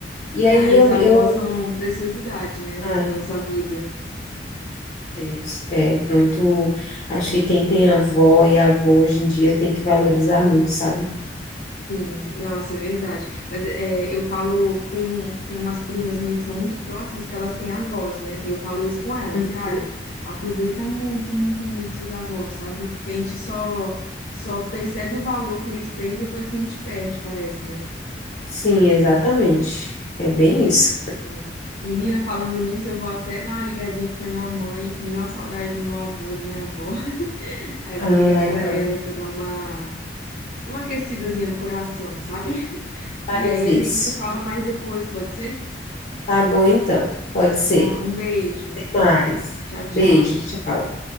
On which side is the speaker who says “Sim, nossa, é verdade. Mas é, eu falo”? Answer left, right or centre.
Left